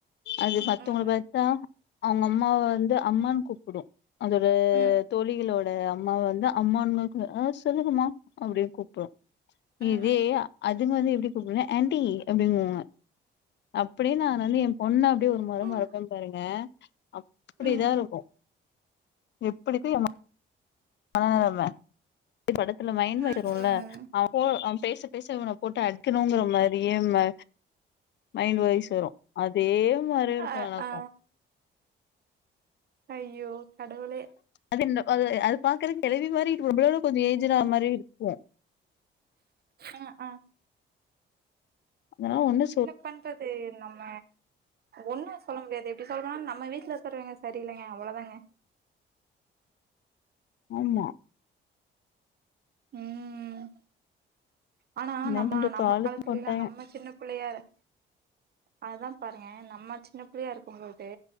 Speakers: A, on the left; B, on the right.
A: அது
B: ம்
A: மத்தவங்கள
B: ம் ம்
A: பாத்தா அவுங்க அம்மாவ வந்து அம்மான்னு கூப்பிடு அதோட
B: ம் ம்
A: தோழிகளோ ட அம்மாவ வந்து அம்மான்க்கு சொல்லுகமா அப்டின்னு கூப்பிடு
B: ம்
A: இதே அதுங்க வந்து எப்டி கூப்பிடுனா ஆண்டி அப்டிங்குவாங்க அப்டியே நான் வந்து எ பொண்ண அப்டி ஒரு மொற
B: ம்
A: மொறப்பே பாருங்க அப்டிதா
B: ம்
A: இருக்கு எப்டி இக்கு எ மனநெலம இ படத்துல மைண்ட
B: ம்
A: வாய்ஸ் வருல
B: ம்
A: அப்போ அவ பேச பேச இவன போட்டு அடிக்கணுங்கிற மாரி அதே மா மைண்ட் வாய்ஸ் வரு அதே மாரி இருக்கு
B: அ
A: எனக்கு
B: ஆ ஐயோ கடவுளே
A: அது அது அது பாக்குறக்கு கெழவி மாதிரி இருக்கு நம்ளோட கொஞ்சோ ஏஜ்டு ஆன மாரி இருக்கு
B: ஆ ஆ
A: அதனா ஒன்னு
B: என்ன பண்றது நம்ம ஒன்னு சொல்ல முடியாது எப்டி சொல்லனுனா நம்ம வீட்ல இருக்குறவங்க சரி இல்லைங்க அவ்ளோதாங்க
A: ஆமா
B: ம் ஆனா
A: என்ன
B: நம்ம
A: பண்ற
B: நம்ம
A: காலத்துக்கு
B: காலத்துல
A: கட்டாயோ
B: எல்லா நம்ம சின்ன பிள்ளையாரு அதுதா பாருங்க நம்ம சின்ன பிள்ளயா இருக்கும் பொழ்து